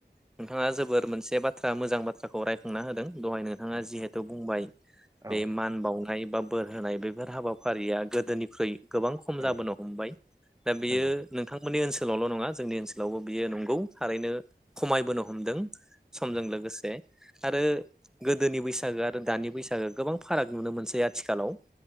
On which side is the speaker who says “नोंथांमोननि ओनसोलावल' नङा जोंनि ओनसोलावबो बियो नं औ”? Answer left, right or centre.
Centre